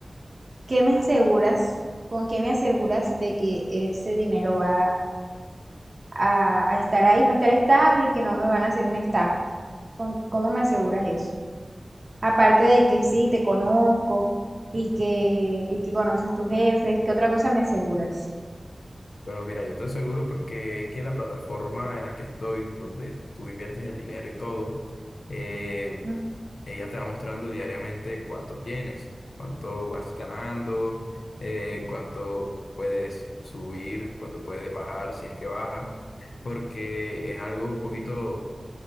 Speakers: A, on the right; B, on the left.
A: qué me aseguras? ¿Con qué me aseguras de que ese dinero va a, a estar ahí, va a estar estable y que no me van a hacer una estafa? ¿Con- ¿Cómo me aseguras eso? Aparte de que sí, te conozco y que, y que conoces tus jefes, ¿qué otra cosa me aseguras?
B: Bueno, mira, yo te aseguro porque es que la plataforma en la que estoy, donde tú inviertes el dinero y todo, eh,
A: Mm,
B: ella te va mostrando diariamente cuánto tienes, cuánto vas ganando, eh, cuánto puedes subir, cuánto puedes bajar, si es que baja porque es algo un poquito